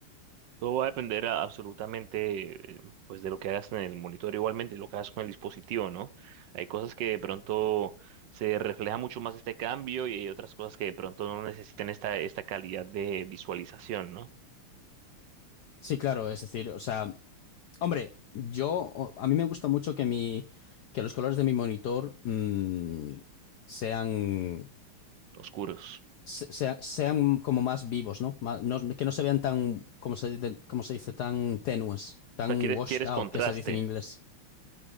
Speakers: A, on the right; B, on the left.
A: Todo va a depender a- absolutamente eh, pues de lo que hagas en el monitor, igualmente lo que hagas con el dispositivo, ¿no? Hay cosas que de pronto se refleja mucho más este cambio y hay otras cosas que de pronto no necesitan esta, esta calidad de visualización, ¿no?
B: Sí, claro, es decir, o sea, Hombre, yo, a mí me gusta mucho que mi, que los colores de mi monitor mm, sean,
A: Oscuros.
B: se- sea- sean como más vivos, ¿no? Más- no- Que no se vean tan, como se, dice- como se dice, tan tenues, tan
A: O sea, quieres,
B: washed
A: quieres
B: out,
A: contraste,
B: que se dice en inglés.